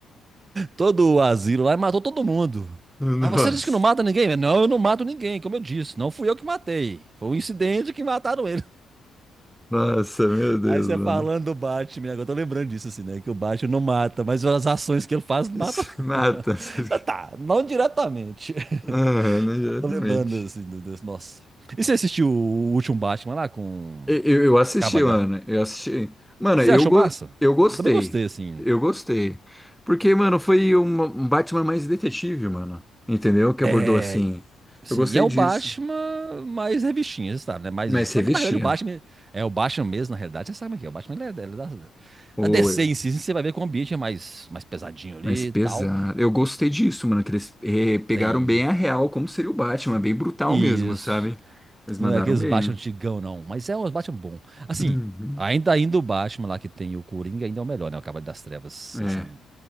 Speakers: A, on the right (about 30°); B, in the centre.
A: todo o asilo lá e matou todo mundo.
B: Nossa,
A: Mas você disse que não mata ninguém? Não, eu não mato ninguém, como eu disse. Não fui eu que matei. Foi um incidente que mataram ele.
B: nossa, meu
A: <laughs>
B: Deus,
A: Aí você
B: mano.
A: falando do Batman, agora eu tô lembrando disso, assim, né? Que o Batman não mata, mas as ações que ele faz matam.
B: Se mata.
A: <laughs>
B: <laughs> se-
A: Mas tá, não diretamente.
B: Aham, né,
A: <laughs>
B: exatamente.
A: tô lembrando, assim, do, do- nossa. E você assistiu o último Batman lá com.
B: Eu, eu assisti,
A: Cavalo
B: mano.
A: da.
B: Eu assisti. Mano,
A: Você
B: eu,
A: achou
B: go-
A: massa?
B: eu gostei.
A: Também gostei, assim.
B: Eu gostei. Porque, mano, foi uma- um Batman mais detetive, mano. Entendeu? Que abordou
A: É,
B: assim.
A: Sim,
B: Eu gostei
A: e é o
B: disso.
A: Batman mais revistinha, você sabe, né? Mais,
B: Mas
A: na
B: revestia.
A: na realidade, o Batman é o Batman mesmo, na realidade, você sabe que é. O Batman ele é, ele é da,
B: Oi.
A: da DC em si, você vai ver que o ambiente é mais, mais pesadinho ali
B: Mas pesado.
A: e tal.
B: Eu gostei disso, mano. Que eles eh, pegaram
A: Tem,
B: bem a real, como seria o Batman.
A: sim.
B: Bem brutal
A: Isso.
B: mesmo, sabe? Eles mandaram
A: Não é aqueles
B: bem.
A: Batman antigão, não, mas é um Batman bom. Assim,
B: Uhum.
A: ainda ainda o Batman lá que tem o Coringa ainda é o melhor, né? O Cavaleiro das Trevas,
B: É,
A: assim.